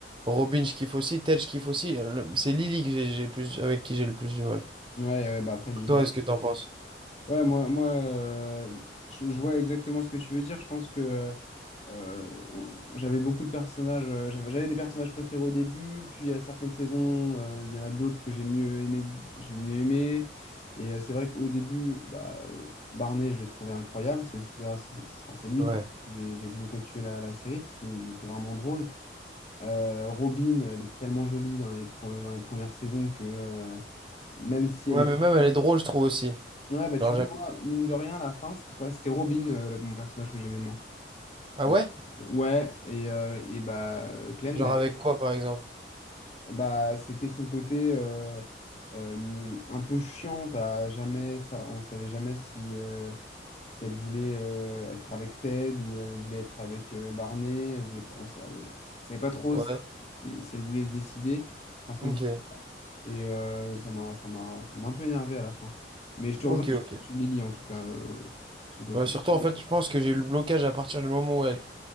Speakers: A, on the right; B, on the left.
A: Robin, je kiffe aussi. Ted, je kiffe aussi. Euh, le- C'est Lily que j'ai j'ai plus, avec qui j'ai le plus du mal.
B: ouais, ouais, bah après, Lily,
A: Toi, est-ce que t'en penses?
B: Ouais, moi, moi euh, je, je vois exactement ce que tu veux dire. Je pense que euh, on- j'avais beaucoup de personnages. euh, j'avais j'avais des personnages préférés au début, puis à certaines saisons, euh, il y en a d'autres que j'ai mieux aimé, j'ai mieux aimé. Et euh, c'est vrai qu'au début, bah, euh, Barney, je l'ai trouvé incroyable. C'est aussi grâce, c'est c'est- enfin, c'est lui
A: Ouais.
B: qui j'ai j'ai voulu continuer la, la série parce qu'il était vraiment drôle. Euh, Robin, elle est tellement jolie dans les, pre- dans les premières saisons que euh, même si
A: Ouais,
B: elle est
A: mais même, elle est drôle, je trouve aussi.
B: Ouais, bah tu
A: Genre, j'aime.
B: vois, moi, mine de rien, à la fin, c'était pas, c'était Robin, euh, le- mon personnage que j'aimais le moins.
A: Ah
B: Euh,
A: ouais?
B: Ouais, et, euh, et bah, euh, Clem,
A: Genre,
B: d'ailleurs,
A: avec quoi, par exemple?
B: bah, c'était son côté euh, euh, un peu chiante à jamais, ça, on savait jamais si, euh, si elle voulait euh, être avec Ted ou elle voulait être avec euh, Barney, elle voulait pas, on savait, on savait pas trop
A: Ouais.
B: si, si- si elle voulait se décider. enfin, ce qu'elle
A: Ok.
B: voulait. Et euh, ça m'a, ça m'a, ça m'a un peu énervé à la fin. Mais je te
A: Ok,
B: rejoins sur,
A: ok.
B: sur Lily, en tout cas, euh, sur le côté.
A: Bah, surtout, en fait, je pense que j'ai eu le blocage à partir du moment où elle,